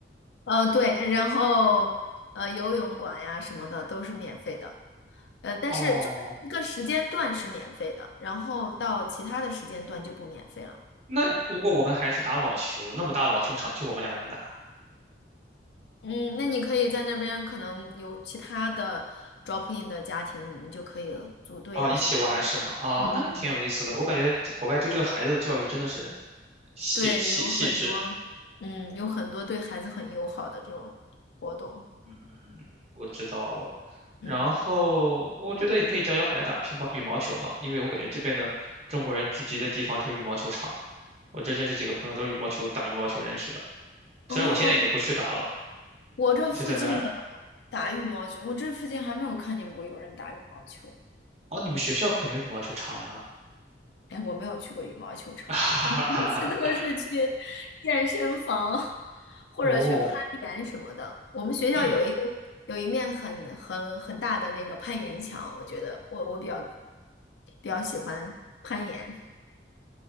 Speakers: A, on the left; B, on the right.
A: 呃，对，然后呃游泳馆呀什么的都是免费的。呃，但是就是一个时间段是免费的，
B: 哦，
A: 然后到其他的时间段就不免费了。
B: 那如果我跟孩子去打网球，那么大网球场就我们两个人打，
A: 嗯，那你可以在那边可能有其他的 drop in 的家庭，你们就可以组队啊什么的。
B: 哦，一起玩是吗？哦，
A: 嗯嗯嗯。
B: 那还挺有意思的。我感觉这国外对这个孩子的教育真的是细细细致。
A: 对，有很多，嗯，有很多对孩子很友好的这种活动。
B: 嗯，我知道了。
A: 嗯，
B: 然后我觉得也可以教教孩子打乒乓羽毛球嘛，因为我感觉这边的中国人聚集的地方就是羽毛球场。我这认识几个朋友都是羽毛球打羽毛球认识的，
A: 哦，
B: 虽然我现在已经不去打了，
A: 我这附近的
B: 是在那儿。
A: 打羽毛球，我这附近还没有看见过有人打羽毛球。
B: 哦，你们学校肯定有羽毛球场呀。
A: 哎，我没有去过羽毛球场，
B: <laughs>
A: 我每次都是去健身房或者去攀岩什么的。
B: 哦，
A: 我们学校有一个有一面很很很大的那个攀岩墙，
B: 嗯，
A: 我觉得我我比较比较喜欢攀岩。